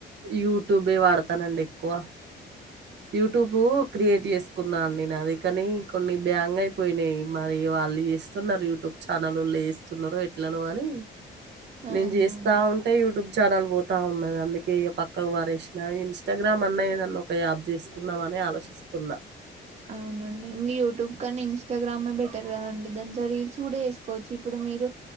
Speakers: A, on the right (about 60°); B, on the right (about 35°).
A: యూట్యూబే వాడతానండి ఎక్కువ యూట్యూబు క్రియేట్ చేసుకున్నా అండి నాది కాని కొన్ని బ్యాంగ్ అయిపోయినాయి మరి వాళ్ళు చేస్తున్నారు యూట్యూబ్ ఛానలొళ్ళు ఏస్తున్నారో ట్లనో కాని నేను
B: అవునా
A: చేస్తా
B: అండి
A: ఉంటే యూట్యూబ్ ఛానల్ పోతా ఉన్నది అందుకే వారేసిన ఇన్స్టాగ్రామ్ అన్నా ఏదన్నా ఒక యాప్ చేసుకుందామా అని ఆలోచిస్తున్నా
B: అవునండి ఇంక యూట్యూబ్ కాన్నా ఇన్స్టాగ్రామే బెటర్ కదండి దాంట్లో రీల్స్ కూడా ఏసుకోవచ్చు ఇప్పుడు మీరు